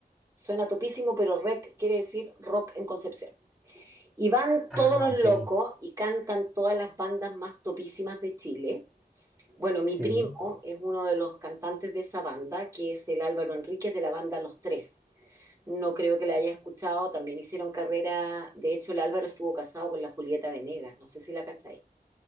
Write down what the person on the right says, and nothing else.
Suena topísimo, pero REC quiere decir rock en Concepción. Y van
todos los
locos y cantan todas las bandas más topísimas de Chile. Bueno, mi
primo es uno de los cantantes de esa banda, que es el Álvaro Enríquez de la banda Los Tres. No creo que la haya escuchado, también hicieron carrera. De hecho, el Álvaro estuvo casado con la Julieta Venegas, no sé si la cacháis.